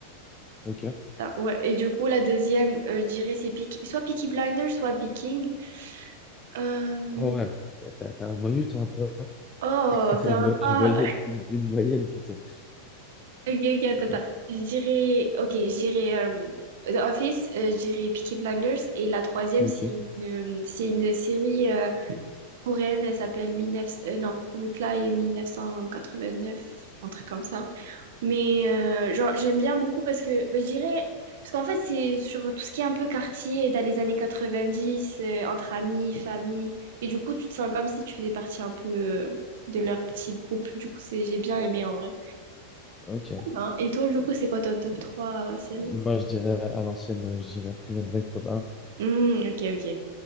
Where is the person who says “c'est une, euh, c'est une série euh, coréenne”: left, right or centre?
Right